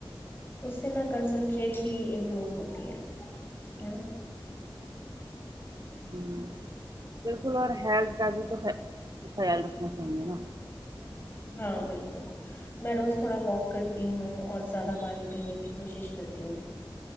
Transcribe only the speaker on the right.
ہ بالکل اور ہیلت کا بھی تو خ خیال رکھنا چاہیںے نا